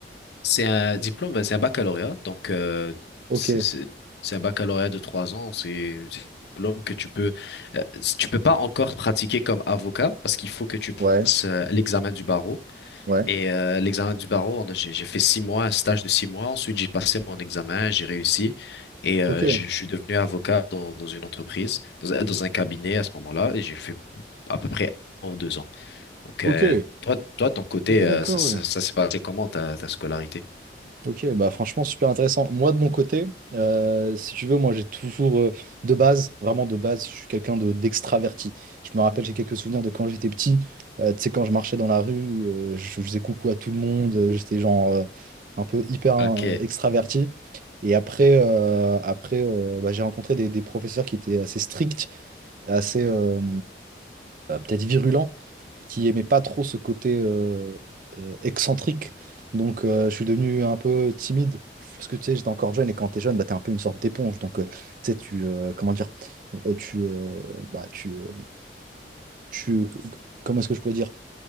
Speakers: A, on the left; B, on the right.
A: C'est un diplôme, c'est un baccalauréat, donc euh,
B: Ok,
A: c'est c'est- c'est un baccalauréat de trois ans, c'est c'est un diplôme que tu peux euh, tu peux pas encore pratiquer comme avocat parce qu'il faut que tu
B: ouais,
A: passes euh, l'examen du barreau
B: ouais,
A: Et euh, l'examen du barreau, on a- j'ai j'ai fait six mois, un stage de six mois. Ensuite, j'ai passé mon examen, j'ai réussi. Et euh,
B: ok,
A: je, je suis devenu avocat dans, dans une entreprise, dans, un- dans un cabinet à ce moment-là. Et j'ai fait à peu près un ou deux ans. Donc,
B: ok,
A: euh, toi, toi, ton côté,
B: ok, d'accord,
A: euh, ça, ça,
B: ouais.
A: ça s'est passé comment ta, ta scolarité?
B: Ok, bah franchement, super intéressant. Moi, de mon côté, euh, si tu veux, moi, j'ai toujours, euh, de base, vraiment de base, je suis quelqu'un de, d'extraverti. Je me rappelle, j'ai quelques souvenirs de quand j'étais petit. Euh, tu sais, quand je marchais dans la rue, euh, je, je faisais coucou à tout le monde. euh, J'étais genre euh, un peu hyper euh,
A: Ok,
B: extraverti. Et après, euh, après euh, bah, j'ai rencontré des, des professeurs qui étaient assez stricts, assez euh, euh, peut-être virulents qui aimait pas trop ce côté euh, euh, excentrique. Donc, euh, je suis devenu un peu timide. Parce que tu sais, j'étais encore jeune et quand t'es jeune, bah, t'es un peu une sorte d'éponge. Donc, euh, tu sais, tu. euh, comment dire? euh, tu. euh, bah, tu. euh, tu comment est-ce que je pourrais dire?